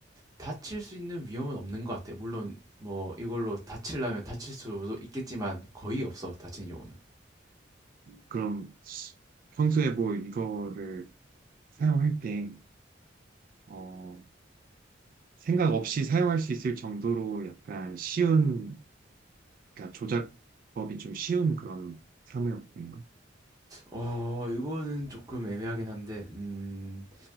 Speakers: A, on the right; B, on the right.
A: 다칠 수 있는 위험은 없는 것 같아. 물론 뭐 이걸로 다치려면 다칠 수도 있겠지만 거의 없어, 다친 경우는.
B: 그럼 평소에 뭐 이거를 사용할 때, 어, 생각 없이 사용할 수 있을 정도로 약간 쉬운, 그러니까 조작법이 좀 쉬운 그런 사무용품인가?
A: 어, 이거는 조금 애매하긴 한데, 음,